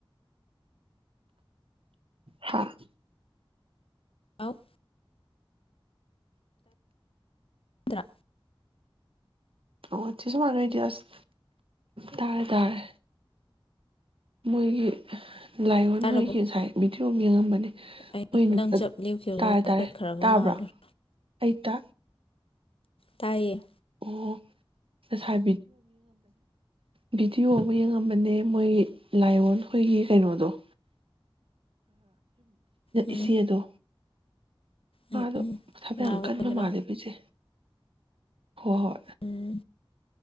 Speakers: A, on the right; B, on the left.
A: ꯍꯥꯥ
B: ꯑꯐ ꯗꯥꯥ
A: ꯑꯣ ꯆꯁꯨ ꯃꯅ ꯏꯗꯤꯌꯥꯁ ꯇꯔꯦ ꯇꯔꯦ ꯃꯣꯏꯒꯤ ꯂꯥꯏꯑꯣꯟ
B: ꯇꯥꯔꯕꯣ
A: ꯍꯣꯏꯒꯤ ꯉꯁꯥꯏ ꯚꯗꯤꯑꯣ ꯑꯃ ꯌꯦꯡꯉꯝꯕꯅꯦ
B: ꯑꯩ
A: ꯃꯣꯏ
B: ꯅꯪ ꯆꯞ ꯂꯦꯞꯈꯤꯕꯗꯨꯗ
A: ꯇꯥꯔ ꯇꯥꯔꯦ
B: ꯇꯠꯈ꯭ꯔꯕ
A: ꯇꯥꯕ꯭ꯔꯥ
B: ꯃꯥꯜꯂꯨꯔꯦ
A: ꯑꯩꯇ
B: ꯇꯥꯏꯌꯦ
A: ꯑꯣ ꯉꯁꯥꯏ ꯚꯤꯗꯤꯑꯣ ꯑꯃ ꯌꯦꯡꯉꯝꯕꯅꯦ ꯃꯣꯏꯒꯤ ꯂꯥꯏꯑꯣꯟꯈꯣꯏꯒꯤ ꯀꯩꯅꯣꯗꯣꯏ
B: ꯎꯝ
A: ꯏꯆꯦꯗꯣ ꯃꯥꯗꯣ
B: ꯎꯝ ꯎꯝ
A: ꯊꯕꯛ
B: ꯅꯥꯕꯒꯤꯔ
A: ꯌꯥꯝ ꯀꯟꯕꯥ ꯃꯥꯜꯂꯦ ꯄꯤꯁꯦ ꯍꯣꯏ
B: ꯎꯝ